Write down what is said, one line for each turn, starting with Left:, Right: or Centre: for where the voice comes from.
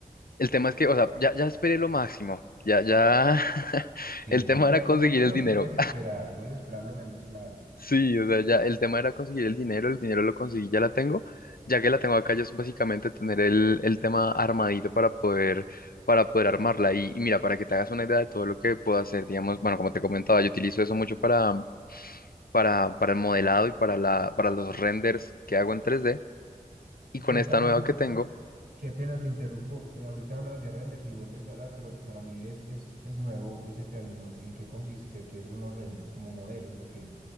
Left: el tema es que, o sea, ya, ya esperé lo máximo, ya, ya, <laughs>
Right: Y
Left: el
Right: ya
Left: tema
Right: esperar
Left: era conseguir
Right: lo menos,
Left: el dinero.
Right: puedes esperar, puedes esperar lo menos, claro.
Left: Sí, o sea, ya el tema era conseguir el dinero, el dinero lo conseguí, ya la tengo. Ya que la tengo acá, ya es básicamente tener el, el tema armadito para poder, para poder armarla. Y, y mira, para que te hagas una idea de todo lo que puedo hacer, digamos, bueno, como te comentaba, yo utilizo eso mucho para, para, para el modelado y para la, para los renders que hago en tres d Y
Right: Y
Left: con
Right: cuéntame
Left: esta nueva
Right: más.
Left: que tengo,
Right: Qué pena te interrumpo. eh, ahorita hablabas de renders y vuelves a hablar, pero para mí es, es, es nuevo ese término. ¿En qué consiste? ¿Qué son los renders? ¿Como modelos o qué?